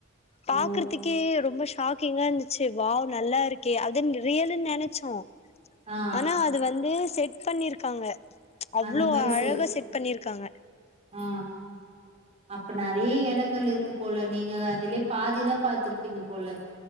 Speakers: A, on the left; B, on the right.
A: பாக்றத்துக்கே
B: ஓ
A: ரொம்ப ஷாக்கிங்கா இருந்துச்சு வாவ் நல்லா இருக்கே அதுன் ரியலுன் நெனச்சோ
B: ஆ
A: ஆனா அது வந்து செட் பண்ணிருக் காங்க அவ்ளோ
B: அந்த மாரி
A: அழகா
B: செ
A: செட் பண்ணிருக்காங்க
B: ஆ அப்ப நறைய எடங்கள் இருக்கு போல நீங்க அதுலே பாதிதா பாத்திருப்பீங்க போல